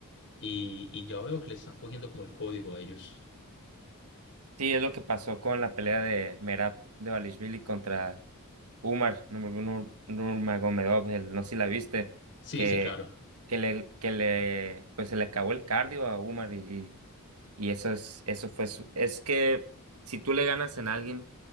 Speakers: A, on the left; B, on the right.
A: Y, y ya veo que le están cogiendo como el código a ellos.
B: Sí, es lo que pasó con la pelea de Merab Devalishvili contra Umar Nur- Nur- Nurmagomedov, el- no sé si la viste,
A: Sí,
B: que,
A: sí, claro.
B: que le, que le, pues se le acabó el cardio a Umar y, Y eso es, eso fue su- es que si tú le ganas en alguien